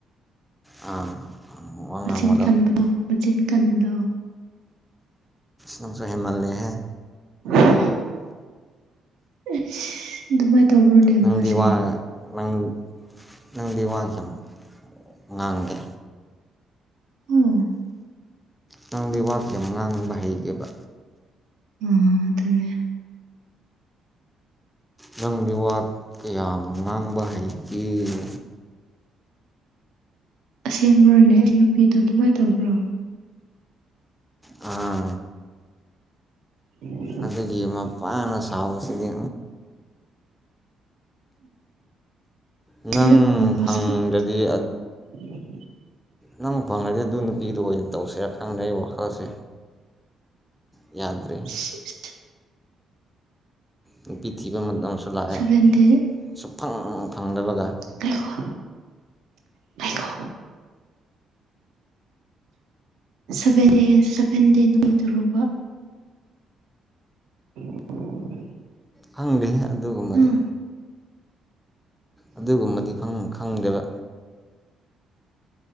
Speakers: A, in the centre; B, on the right.
A: ꯑꯥ ꯋꯥ
B: ꯃꯆꯤꯟ
A: ꯉꯥꯡꯕꯗꯣ
B: ꯀꯟꯕꯗꯣ ꯃꯆꯤꯟ ꯀꯟꯕꯗꯣ
A: ꯅꯪꯁꯨ ꯍꯦꯟꯃꯜꯂꯦꯍꯦ
B: <inaudible> ꯏꯁ ꯗꯨꯃꯥꯏ ꯇꯧꯕ꯭ꯔꯣꯅꯦ
A: ꯅꯪꯗꯤ
B: ꯃꯥꯁꯦ
A: ꯋꯥ ꯅꯪ ꯅꯪꯗꯤ ꯋꯥ <unintelligible> ꯉꯥꯡꯗꯦ
B: ꯑꯣ
A: ꯅꯪꯗꯤ ꯋꯥ ꯀꯌꯥꯝ ꯉꯥꯡꯕ ꯍꯩꯒꯦꯕ
B: <unintelligible>
A: ꯅꯪꯗꯤ ꯋꯥ ꯀꯌꯥ ꯉꯥꯡꯕ ꯍꯩꯒꯦ
B: ꯑꯁꯦꯡꯕ꯭ꯔꯣꯅꯦ ꯑꯩ ꯅꯨꯄꯤꯗꯣ ꯑꯗꯨꯝꯃꯥꯏ ꯇꯧꯕ꯭ꯔꯣ
A: ꯑ
B: <inaudible>
A: ꯑꯗꯨꯒꯤ ꯃꯄꯥꯅ ꯁꯥꯎꯕꯁꯤꯗꯤ
B: <unintelligible>
A: ꯅꯪ ꯐꯪꯗ꯭ꯔꯗꯤ ꯅꯪ ꯐꯪꯉꯗꯤ ꯑꯗꯨ ꯅꯨꯄꯤꯗꯨ ꯑꯣꯏꯅ ꯇꯧꯁꯤꯔ ꯈꯪꯗꯦ ꯑꯩ ꯋꯥꯈꯜꯁꯦ ꯌꯥꯗ꯭ꯔꯦ
B: <unintelligible>
A: ꯅꯨꯄꯤ ꯊꯤꯕ ꯃꯇꯝꯁꯨ ꯂꯥꯛꯑꯦ
B: ꯁꯚꯦꯟ ꯗꯦ
A: ꯁꯨꯛꯐꯪ ꯐꯪꯗꯕꯒ
B: ꯉꯥꯏꯈꯣ ꯉꯥꯏꯈꯣ ꯁꯕꯦꯟ ꯗꯦꯁ ꯁꯕꯦꯟ ꯗꯦ ꯅꯨꯃꯤꯠꯇꯨꯔꫭꯕ <inaudible>
A: ꯈꯪꯗꯦꯍꯦ ꯑꯗꯨꯒꯨꯝꯕꯗꯤ
B: ꯑꯥ
A: ꯑꯗꯨꯒꯨꯝꯕꯗꯤ ꯈꯪ ꯈꯪꯗꯦꯕ